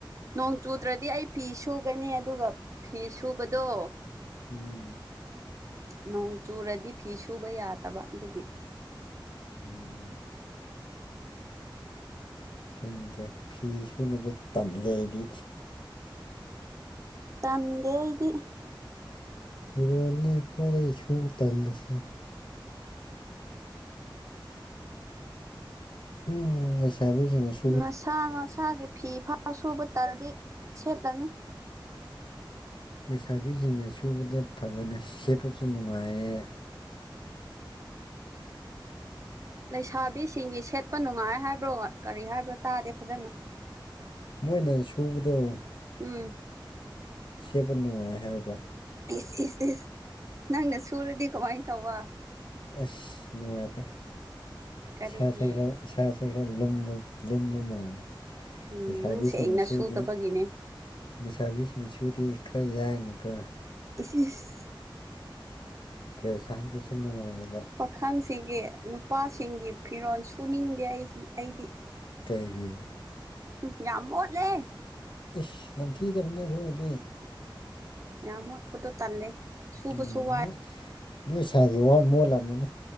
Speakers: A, on the right (about 35°); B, on the left (about 70°).
A: ꯅꯣꯡ ꯆꯨꯗ꯭ꯔꯗꯤ ꯑꯩ ꯐꯤ ꯁꯨꯒꯅꯤ ꯑꯗꯨꯒ ꯐꯤ ꯁꯨꯕꯗꯣ
B: ꯎꯝ
A: ꯅꯣꯡ ꯆꯨꯔꯗꯤ ꯐꯤ ꯁꯨꯕ ꯌꯥꯗꯕ ꯑꯗꯨꯒꯤ
B: ꯎꯝ ꯈꯪꯗ꯭ꯔꯦ ꯐꯤ ꯁꯨꯅꯕ ꯇꯜꯂꯦ ꯑꯩꯗꯤ
A: ꯇꯟꯗꯦ ꯑꯩꯗꯤ
B: ꯐꯤꯔꯣꯟꯅꯤ ꯈ꯭ꯋꯥꯏꯗꯒꯤ ꯁꯨꯕ ꯇꯜꯂꯤꯁꯦ ꯎꯝ ꯂꯩꯁꯥꯕꯤꯖꯤꯅ ꯁꯨ
A: ꯃꯁꯥ ꯃꯁꯥꯒꯤ ꯐꯤ ꯐꯥꯎ ꯁꯨꯕ ꯇꯜꯂꯗꯤ ꯁꯦꯠꯂꯅꯨ
B: ꯂꯩꯁꯥꯕꯤꯁꯤꯡꯅ ꯁꯨꯕꯗ ꯐꯕꯅꯦ ꯁꯦꯠꯄꯁꯨ ꯅꯨꯡꯉꯥꯏꯌꯦ
A: ꯂꯩꯁꯥꯕꯤꯁꯤꯡꯒꯤ ꯁꯦꯠꯄ ꯅꯨꯡꯉꯥꯏ ꯍꯥꯏꯕ꯭ꯔꯣ ꯀꯔꯤ ꯍꯥꯏꯕ꯭ꯔꯣ ꯇꯥꯗꯦ ꯐꯖꯅ
B: ꯃꯣꯏꯅ ꯁꯨꯕꯗꯣ
A: ꯎꯝ...
B: ꯁꯦꯕ ꯅꯨꯡꯉꯥꯏ ꯍꯥꯏꯕ
A: ꯏꯁ ꯏꯁ ꯏꯁ ꯅꯪꯅ ꯁꯨꯔꯗꯤ ꯀꯃꯥꯏꯅ ꯇꯧꯕ
B: ꯑꯁ ꯅꯨꯡꯉꯥꯏꯇꯦ
A: ꯀꯔꯤꯒꯤ
B: ꯏꯁ ꯁꯦ ꯈꯔ ꯏꯁꯥꯁꯦ ꯈꯔ ꯂꯨꯝꯕ ꯂꯨꯝꯕ ꯃꯥꯜꯂꯦ
A: ꯎꯝ
B: ꯂꯩꯁꯥꯕꯤꯁꯤꯡꯅ
A: ꯅꯪ ꯁꯦꯡꯅ ꯁꯨꯗꯕꯒꯤꯅꯦ
B: ꯁꯨꯗꯤ ꯂꯩꯁꯥꯕꯤꯁꯤꯡꯅ ꯁꯨꯗꯤ ꯈꯔ ꯌꯥꯡꯅꯤꯀꯣ
A: ꯏꯁ ꯏꯁ...
B: ꯗ꯭ꯔꯦꯁ ꯁꯥꯕꯗꯁꯨ ꯅꯨꯡꯉꯥꯏꯌꯦꯕ
A: ꯄꯥꯈꯪꯁꯤꯒꯤ ꯅꯨꯄꯥꯁꯤꯡꯒꯤ ꯐꯤꯔꯣꯜ ꯁꯨꯅꯤꯡꯗꯦ ꯑꯩ ꯑꯩꯗꯤ
B: ꯀꯩꯒꯤ
A: ꯑꯨꯝ ꯌꯥꯝ ꯃꯣꯠꯂꯦ
B: ꯏꯁ ꯅꯝꯊꯤꯗꯕꯅꯤ ꯑꯩꯈꯣꯏꯒꯤꯗꯤ
A: ꯌꯥꯝ ꯃꯣꯠꯄꯗꯣ ꯇꯜꯂꯦ ꯁꯨꯕꯁꯨ
B: ꯎꯝ
A: ꯋꯥꯏ
B: ꯅꯣꯏ ꯅꯣꯏ ꯁꯥꯏꯒꯤ ꯋꯥ ꯃꯣꯜꯂꯝꯅꯤ